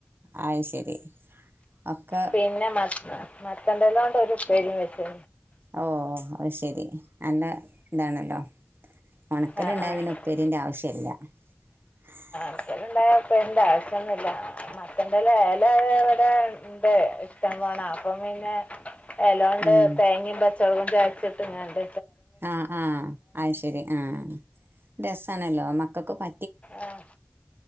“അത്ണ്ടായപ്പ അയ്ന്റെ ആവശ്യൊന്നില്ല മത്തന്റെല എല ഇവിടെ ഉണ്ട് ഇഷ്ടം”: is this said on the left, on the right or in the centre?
Left